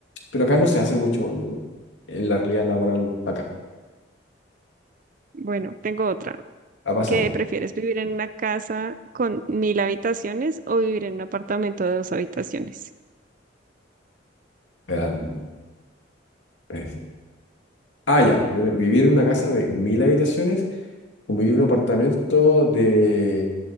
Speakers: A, on the left; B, on the right.
A: pero acá no se hace mucho en, en la realidad laboral acá.
B: Bueno, tengo otra.
A: Ha pasado.
B: ¿Qué prefieres, vivir en una casa con mil habitaciones o vivir en un apartamento de dos habitaciones?
A: Em, eh, ah, ya. vi- Vivir en una casa de mil habitaciones o vivir en un apartamento de